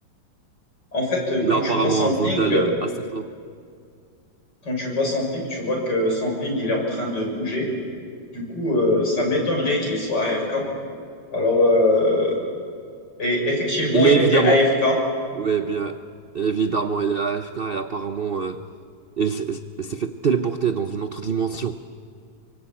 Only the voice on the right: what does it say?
Il
a
apparemment
un
Vondel
euh, à sa fin.
Il
est évidemment...
Oui, bien. Évidemment, il est AFK et apparemment, euh, il s- s- il s'est fait téléporter dans une autre dimension.